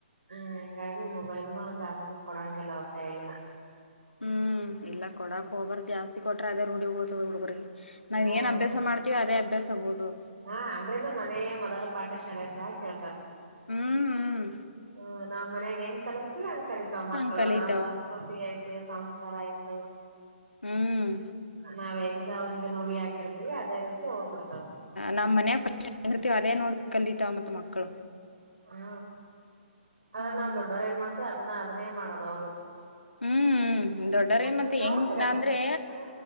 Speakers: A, on the right (about 70°); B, on the left (about 80°).
A: ಹ್ಮ್ ಹಿಂಗಾಗಿ ಮೊಬೈಲ್ನು ಜಾಸ್ತಿ ಕೊಡಂಗಿಲ್ಲ ಅವರ ಕೈಯಲ್ಲಿ
B: ಹ್ಮ್ ಇಲ್ಲ ಕೊಡಕ್ ಹೋಗಬರದ ಜಾಸ್ತಿ ಕೊಟ್ರ ಅದೇ ರೊಡಿ ಬಿಳ್ತದ ಹುಡಗುರಿಗ ನಾವ್
A: ಹ್ಮ್
B: ಏನ್ ಅಭ್ಯಾಸ ಮಾಡ್ತೀವ ಅದೇ ಅಭ್ಯಾಸ ಬುಳತ್ತದ
A: ಹಾ ಅಂದ್ರೇನು ಮನೆಯೇ ಮೊದಲ ಪಾಠಶಾಲೆ ಅಂತ ಯಾಕ ಹೇಳ್ತಾರ
B: ಹ್ಮ್ ಹ್ಮ್
A: ಹ ನಾವ್ ಮನ್ಯಾಗ ಹೆಂಗ ಕಲ್ಸ್ತೀವಿ ಅಂಗ ಕಲ್ಲಿತಾವ ಮಕ್ಕಳು
B: ಹಂಗ್ ಕಲಿತಾವ
A: ನಾವ್ ಸಂಸ್ಕೃತಿ ಆಯ್ತು ಸಂಸ್ಕಾರ ಆಯ್ತು
B: ಹ್ಮ್
A: ನಾವ್ ಹೆಂಗ ಅವ್ರಿಗೆ ರೂಢಿ ಹಾಕಿರ್ತೀವಿ ಅದೇ ರೀತಿ ಹೋಗ್ಬಿಡ್ತದ
B: ನಾವ ಮನ್ಯಾಗ ಫಸ್ಟ್ ಹೆಂಗಿರ್ತವಿ ಅದೇ ನೋಡ್ ಕಲಿತವ ಮತ್ತ ಮಕ್ಕಳು
A: ಹ್ಮ ಆದ
B: ಹ್ಮ್
A: ನಾವು ದೊಡ್ಡವ್ರ ಏನ್ ಮಾಡ್ತೇವಿ ಅದನ್ನ ಅದನೇ ಮಾಡೋದ ಅವ್ರು
B: ಹ್ಮ್ ದೊಡ್ಡರಿ ಮತ್ತೆ
A: ನೀವ್
B: ಹೆಂಗ್
A: ನೋಡ್ತಿರಲ್ಲ
B: ಅಂದ್ರೆ
A: ಹ